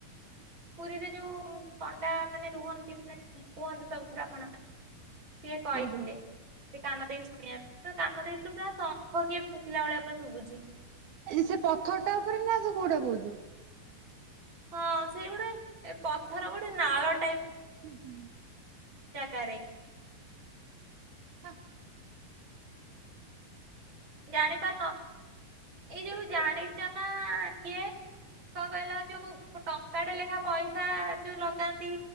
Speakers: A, on the right; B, on the right.
A: ପୁରୀରେ ଯୋଉ ପଣ୍ଡା ମାନେ ରୁହନ୍ତି ମାନେ କୁହନ୍ତୁ ସବୁଠୁରା ଆପଣ ସିଏ କହିଥିଲେ।
B: ଓହୋ
A: କାନ ଦେଇକି ଶୁଣିବା ତ କାନ ଦେଇଥିଲୁ ପୁରା ଶଙ୍ଖ କିଏ ଫୁଖିଲା ଭଳିଆ ପୁରା ଶୁଭୁଛି।
B: ଏଇ ସେ ପଥରଟା ଉପରେନା ତୁ କୋଉଟା କହୁଛୁ।
A: ହଁ ସେଇଗୋଟେ ପଥର ଗୋଟେ ନାଳ
B: ହୁଁ ହୁଁ।
A: ଚା <inaudible>
B: ହା।
A: ଜାଣିପାରୁନ ଏଇ ଯୋଉ ଜାଣିଚନା କିଏ? କଣ କହିଲ ଯୋଉ ଟଙ୍କାଟେଲେଖା ପଇସା ଯୋଉ ଲଗାନ୍ତି।